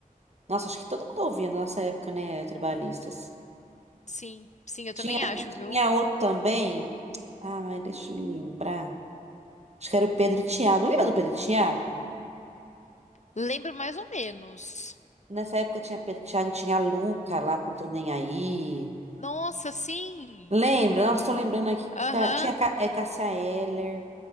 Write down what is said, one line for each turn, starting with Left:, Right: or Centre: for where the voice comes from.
Right: Nossa, acho que todo mundo ouvia na nossa época, né? Tribalistas.
Left: Sim, sim, eu
Right: Tinha,
Left: também acho, viu?
Right: tinha outro também. Ai, deixa eu lembrar. Acho que era o Pedro e Thiago. Lembra do Pedro e Thiago?
Left: Lembro mais ou menos.
Right: Nessa época tinha Pedro e Thiago, tinha a Luca lá com Tô Nem Aí.
Left: Nossa, sim.
Right: Lembra? Nossa, tô lembrando aqui.
Left: Aham.
Right: Cara, tinha Ca- é Cássia Eller.